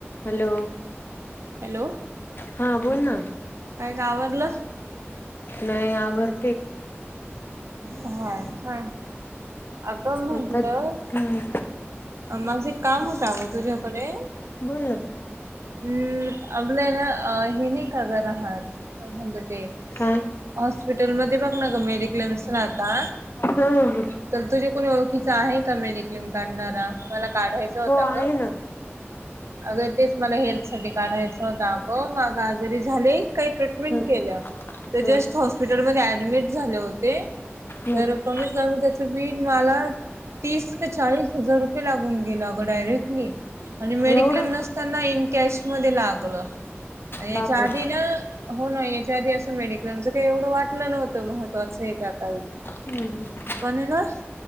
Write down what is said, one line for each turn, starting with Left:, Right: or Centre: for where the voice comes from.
Left: Hello.
Right: Hello
Left: हा बोल ना.
Right: काय का आवरलं?
Left: नाही आवर-
Right: हा का? अग! म्हटलं
Left: आता हम्म
Right: माझ काम होत अगं तुझ्याकडे.
Left: बोल ना.
Right: हम् आपलंय ना? हे नाही काग राहात? काय म्हणता ते-
Left: काय
Right: हॉस्पिटलमध्ये- मेडिक्लेम राहता.
Left: ह
Right: तर तुझे कोणी ओळखीच आहे का मेडिक्लेम - क्लेम काढणारा. मला काढायचा होता
Left: हो आहे
Right: ग.
Left: ना
Right: अगं तेच मला हेल्थ साठी काढायचा होता. अग माझं आजारी झालय. काही कट - <unintelligible>
Left: हम्म
Right: तर
Left: हम्म
Right: जस्ट हॉस्पिटलमध्ये ऍडमिट झाले होते
Left: हम्म
Right: तर- कमीत कमी त्याच बिल मला तीस का चाळीस- हजार रुपये लागून गेल अग, डायरेक्टली आणि मेडिक्लेम
Left: एवढं
Right: नस- त्यांना इनकॅश मध्ये लागलं याच्या
Left: बापरे
Right: आधीन हो ना याच्या आधी असं मेडिक्लेमचं काही एवढं वाटलं नव्हतं महत्वाचं आहे काही
Left: हम्म
Right: पण ना